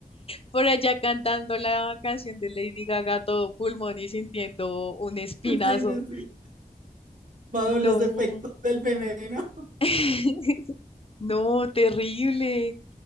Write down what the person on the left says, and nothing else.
Por allá cantando la canción de Lady Gaga, todo pulmón y sintiendo un espinazo.
No.
<laughs> No, terrible.